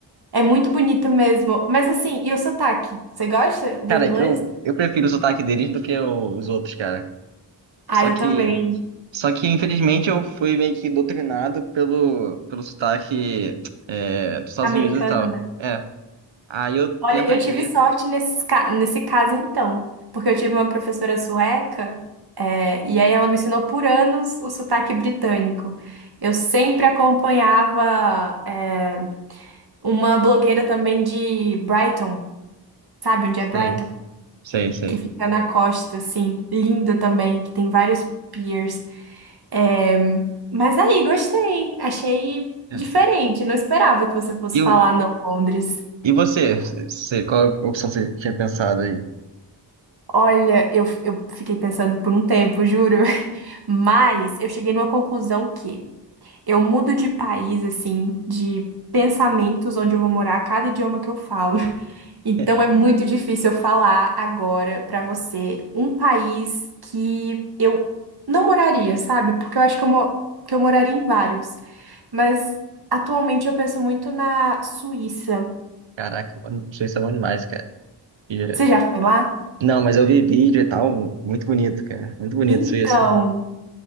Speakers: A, on the right (about 60°); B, on the right (about 85°).
A: É muito bonito mesmo. Mas assim, e o sotaque? Você gosta do
B: Cara,
A: inglês?
B: eu, eu prefiro o sotaque deles do que o- os outros, cara.
A: Ah,
B: Só
A: eu
B: que,
A: também.
B: só que infelizmente eu fui meio que doutrinado pelo, pelo sotaque é, dos Estados
A: Americano,
B: Unidos e tal.
A: né?
B: É, aí eu tento
A: Olha, eu
B: às
A: tive
B: vezes.
A: sorte nesses ca- nesse caso, então. Porque eu tive uma professora sueca, é, e aí ela me ensinou por anos o sotaque britânico. Eu sempre acompanhava, é, uma blogueira também de Brighton, sabe onde
B: Sei,
A: é Brighton?
B: sei, sei.
A: Que fica na costa, assim, linda também, que tem vários piers. É, mas aí, gostei. Achei
B: É.
A: diferente. Não esperava que você fosse
B: E,
A: falar
B: o,
A: não, Londres.
B: e você? Você, qual opção você tinha pensado aí?
A: Olha, eu, eu fiquei pensando por um tempo, juro. <laughs> Mas eu cheguei numa conclusão que eu mudo de país, assim, de pensamentos onde eu vou morar, cada idioma que eu falo.
B: <laughs>
A: Então é muito difícil eu falar agora pra você um país que eu não moraria, sabe? Porque eu acho que eu, mo- que eu moraria em vários. Mas atualmente eu penso muito na Suíça.
B: Caraca, mano, Suíça é bom demais, cara. E-
A: Você já foi lá?
B: Não, mas eu vi vídeo e tal, muito bonito, cara. Muito bonito,
A: Então,
B: Suíça.